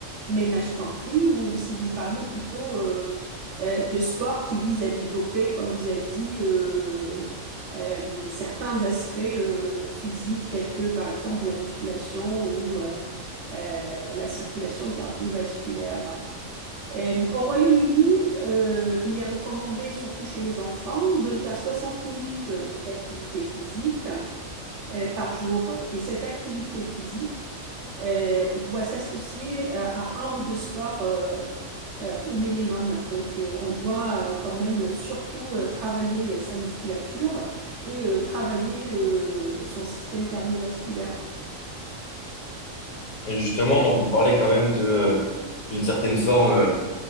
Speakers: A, on the right; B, on the left.
A: ménage compris, ou si vous parliez plutôt euh, euh, de sport qui vise à développer, comme vous avez dit, euh, euh, certains aspects euh, physiques, tels que par exemple la musculation ou euh, euh, la circulation cardiovasculaire. Euh, au Royaume-Uni, euh, il est recommandé, surtout chez les enfants, de faire 60 minutes d'activité physique euh, par jour. Et cette activité physique euh, doit s'associer à, à un ou deux sports euh, euh, au minimum. Donc, euh, on doit euh, quand même surtout euh, travailler euh, sa musculature et euh, travailler euh, son système cardiovasculaire.
B: Et justement, donc vous parlez quand même de euh, d'une certaine forme euh,